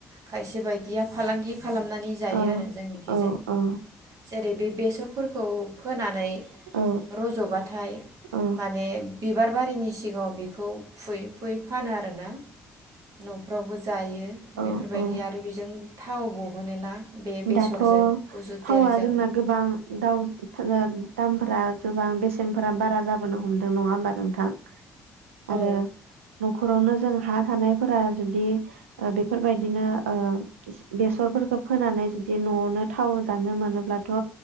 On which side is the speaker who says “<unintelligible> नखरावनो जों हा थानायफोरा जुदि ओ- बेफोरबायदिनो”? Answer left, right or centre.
Right